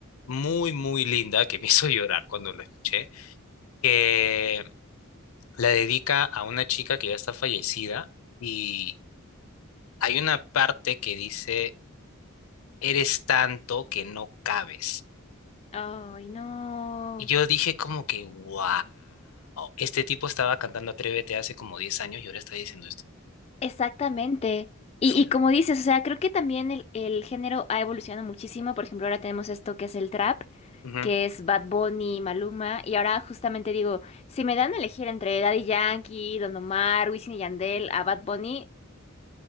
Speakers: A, on the left; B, on the left.
A: muy, muy linda que me <laughs> hizo llorar cuando la escuché, que la dedica a una chica que ya está fallecida y hay una parte que dice eres tanto que no cabes.
B: Ay, no.
A: Y yo dije como que, wow, este tipo estaba cantando Atrévete hace como 10 años y ahora está diciendo esto.
B: Exactamente.
A: Fue
B: Y,
A: loco.
B: y como dices, o sea, creo que también el, el género ha evolucionado muchísimo. Por ejemplo, ahora tenemos esto que es el trap.
A: Ujú,
B: que es Bad Bunny, Maluma, y ahora justamente digo, si me dan a elegir entre Daddy Yankee, Don Omar, Wisin y Yandel a Bad Bunny,